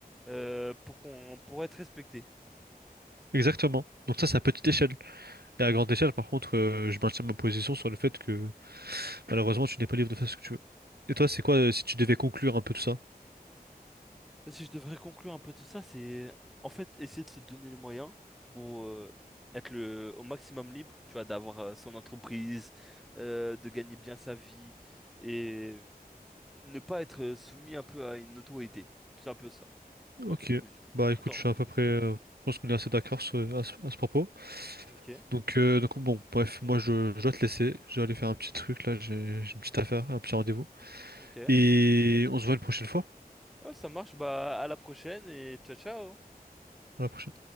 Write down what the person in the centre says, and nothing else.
euh, pour qu'on pour être respecté.
Bah, Si je devrais conclure un peu tout ça, c'est en fait essayer de se donner les moyens pour euh, être le au maximum libre, tu vois, d'avoir euh, son entreprise, euh, de gagner bien sa vie et ne pas être euh, soumis un peu à une autorité. C'est un peu ça, ma
conclusion.
T'entends?
hein Ok,
ok.
Ouais, ça marche, bah à la prochaine et ciao ciao.